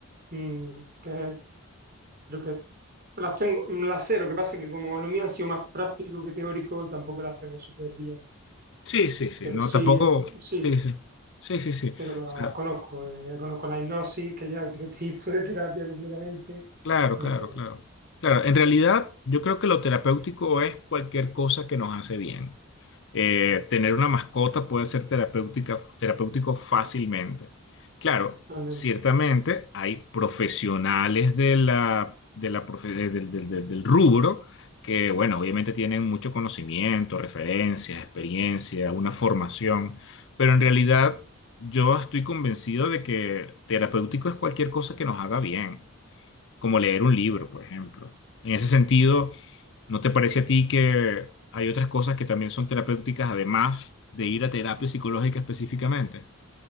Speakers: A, on the right (about 45°); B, on the left (about 60°).
A: mm, que creo que las tengo, mm, las sé, lo que pasa es que como lo mío ha sido más práctico que teórico, tampoco las tengo súper bien,
B: Sí, sí, sí.
A: pero
B: No,
A: sí,
B: tampoco.
A: este, sí,
B: Sí, sí. Sí, sí, sí. O
A: pero las
B: sea,
A: conozco, eh, conozco la hipnosis, que ya es otro <laughs> tipo de terapia completamente,
B: Claro,
A: conozco
B: claro, claro. Claro, en realidad yo creo que lo terapéutico es cualquier cosa que nos hace bien. Eh, tener una mascota puede ser terapéutica, terapéutico fácilmente. Claro,
A: totalmente,
B: ciertamente hay profesionales de la, de la profe- de- del del- del- del rubro que, bueno, obviamente tienen mucho conocimiento, referencias, experiencia, una formación, pero en realidad yo estoy convencido de que terapéutico es cualquier cosa que nos haga bien como leer un libro, por ejemplo. En ese sentido, ¿no te parece a ti que hay otras cosas que también son terapéuticas además de ir a terapia psicológica específicamente?